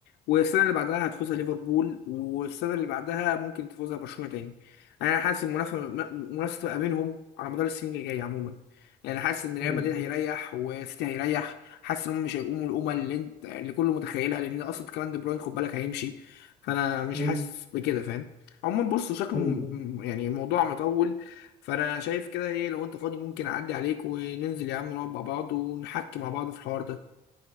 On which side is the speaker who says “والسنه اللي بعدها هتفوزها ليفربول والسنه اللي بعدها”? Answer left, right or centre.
Left